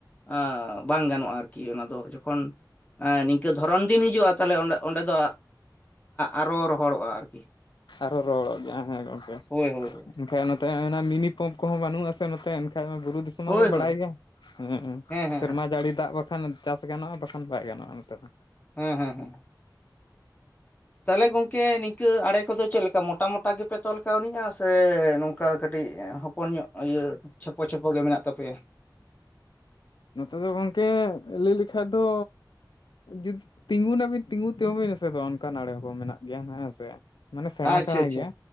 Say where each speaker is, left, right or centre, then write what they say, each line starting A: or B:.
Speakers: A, on the left (about 20°); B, on the left (about 80°).
A: ᱮᱸ ᱵᱟᱝ ᱜᱟᱱᱚᱜᱼᱟ ᱟᱨᱠᱤ ᱚᱱᱟ ᱫᱚ ᱡᱚᱠᱷᱚᱱ ᱱᱤᱝᱠᱟᱹ ᱫᱷᱚᱨᱚᱱ ᱫᱤᱱ ᱦᱤᱡᱩᱜᱼᱟ ᱛᱟᱦᱚᱞᱮᱸ ᱚᱸᱰᱮ ᱫᱚ ᱟᱨᱚ ᱨᱚᱦᱚᱲᱚᱜᱼᱟ ᱟᱨᱠᱤ ᱾
B: ᱟᱨᱦᱚᱸ ᱨᱚᱦᱚᱲᱚᱜ ᱜᱮᱭᱟ ᱦᱮᱸ ᱜᱚᱝᱠᱮ᱾
A: ᱦᱳᱭ ᱦᱳᱭ᱾
B: ᱮᱱᱠᱟᱡ ᱱᱚᱛᱮ ᱚᱱᱟ ᱢᱤᱱᱤ ᱯᱟᱢᱯ ᱠᱚᱦᱚᱸ ᱵᱟᱹᱱᱩᱜ ᱟᱥᱮ ᱱᱚᱛᱮ ᱮᱱᱠᱷᱟᱡ ᱵᱩᱨᱩ ᱫᱤᱥᱚᱢ ᱢᱟ
A: ᱦᱳᱭ
B: ᱵᱚ
A: ᱦᱳᱭ
B: ᱵᱟᱲᱟᱭ ᱜᱮᱭᱟ ᱦᱮᱸ
A: ᱦᱮᱸ
B: ᱥᱮᱨᱢᱟ
A: ᱦᱮᱸ
B: ᱡᱟᱹᱲᱤ ᱫᱟᱜ ᱵᱟᱠᱷᱟᱱ ᱪᱟᱥ ᱜᱟᱱᱚᱜᱼᱟ ᱵᱟᱠᱷᱟᱱ ᱵᱟᱭ ᱜᱟᱱᱚᱜᱼᱟ ᱱᱚᱛᱮ ᱫᱚ᱾
A: ᱦᱮᱸ ᱦᱮᱸ ᱛᱟᱦᱚᱞᱮ ᱜᱚᱝᱠᱮ ᱱᱤᱝᱠᱟᱹ ᱟᱲᱮ ᱠᱚᱫᱚ ᱪᱮᱫ ᱞᱮᱠᱟ ᱢᱚᱴᱟ ᱢᱚᱴᱟ ᱜᱮᱯᱮ ᱛᱚᱞ ᱠᱟᱹᱣᱱᱤᱼᱟ ᱥᱮ ᱚᱱᱠᱟ ᱠᱟᱹᱴᱤᱡ ᱦᱚᱯᱚᱱᱧᱚᱜ ᱤᱭᱟᱹ ᱪᱷᱚᱯᱚ ᱪᱷᱟᱯᱚ ᱜᱮ ᱢᱮᱱᱟᱜ ᱛᱟᱯᱮᱭᱟ?
B: ᱱᱚᱛᱮ ᱫᱚ ᱜᱚᱝᱠᱮ ᱞᱟᱹᱭ ᱞᱮᱠᱷᱟᱡ ᱫᱚ ᱡᱩᱫᱤ ᱛᱤᱸᱜᱩ ᱱᱟᱵᱤᱱ ᱛᱤᱸᱜᱩ ᱛᱮᱦᱚᱸ ᱵᱤᱱ ᱮᱥᱮᱫᱚᱜᱼᱟ ᱚᱱᱠᱟᱱ ᱟᱲᱮ ᱦᱚᱸ ᱢᱮᱱᱟᱜ ᱜᱮᱭᱟ ᱦᱮᱸ ᱥᱮ᱾ ᱢᱟᱱᱮ ᱥᱮᱬᱟ
A: ᱟᱪᱪᱷᱟ
B: ᱥᱮᱬᱟ
A: ᱟᱪᱪᱷᱟ
B: ᱜᱮᱭᱟ